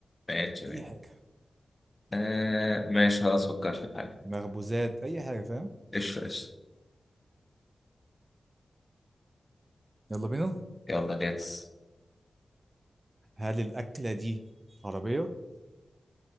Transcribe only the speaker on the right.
اي حاجه
مخبوزات اي حاجه فاهم
يلا بينا
هل الاكله دي عربيه